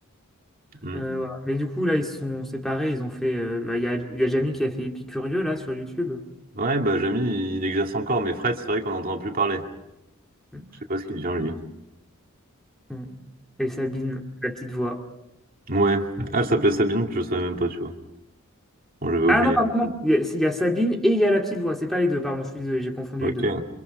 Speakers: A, on the right; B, in the centre.
A: Hmm.
B: Euh, voilà. Mais du coup, là, ils se sont séparés. Ils ont fait. euh, bah, Il y a, il y a Jamie qui a fait Épicurieux, là, sur YouTube.
A: Ouais, bah Jamie, il exerce encore, mais Fred, c'est vrai qu'on n'entend plus parler.
B: Mm.
A: Je sais pas ce qu'il devient, lui.
B: Mm. Et Sabine, la petite voix.
A: Ouais. Ah, elle s'appelait Sabine, je savais même pas, tu vois. Bon, j'avais oublié.
B: Ah non, pardon, non. Il y a, c'est- il y a Sabine et il y a la petite voix. C'est pas les deux, pardon. Je suis désolé, j'ai confondu
A: Ok.
B: les deux.